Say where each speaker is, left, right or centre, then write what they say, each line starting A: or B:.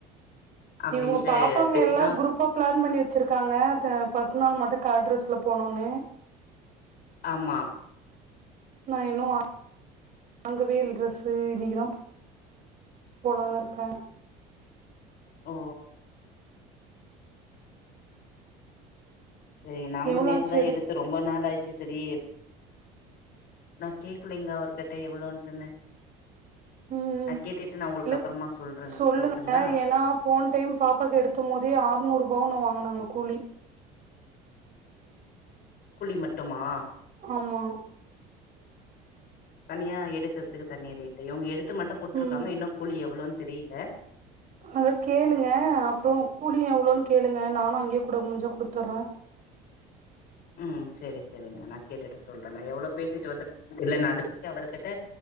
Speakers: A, on the left; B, on the right.
A: அப்டின்ட்டு
B: இவங்க பாப்பாங்க
A: தெச்சுதா
B: எல்லா குரூப்பா பிளான் பண்ணி வச்சுருக்காங்க ஃபர்ஸ்ட் நாள் மட்டு கலர் டிரஸ்ல போணுன்னு
A: ஆமா
B: நா இன்னு வாங்கவே இல்ல டிரரெஸு இன்னக்குதா போலான்னு இருக்கே
A: ஓ சரிங்க நாங்களு
B: எவ்ளோ
A: நேத்துதா
B: ஆச்சு எடுக்க
A: எடுத்து ரொம்ப நாள் ஆயிச்சி செரி நா கேக்கலலைங்கா அவர்கிட்ட எவ்வளோன்ட்டுன்னு
B: ம்
A: நா கேட்டுட்டு நா உங்களுக்கு
B: இல்ல
A: அப்பறமா சொல்றே
B: சொல்லுங்க
A: சொல்லட்டுங்களா
B: ஏன்னா போன டைம் பாப்பாக்கு எடுத்தமோதே ஆறுநூறுபாவோ என்னவோ வாங்குனாங்க கூலி
A: கூலி மட்டுமா
B: ஆமா
A: தனியா எடுக்கறதுக்கு தனி ரேட்டு் இவங்க எடுத்து மட்டு குடுத்துருக்காங்க
B: ம்
A: இன்னு கூலி எவ்ளோன்னு தெரியல
B: அங்க கேளுங்க அப்பறோ கூலியு எவ்ளோன்னு கேளுங்க நானு அங்கயே கூட முடிஞ்சா குடுத்துறே
A: ம் சேரி சேரிங்க நா கேட்டுட்டு சொல்றே நா எவ்வளவு பேசிட்டு வந்து இல்லனா அதுக்கு அவர்கிட்ட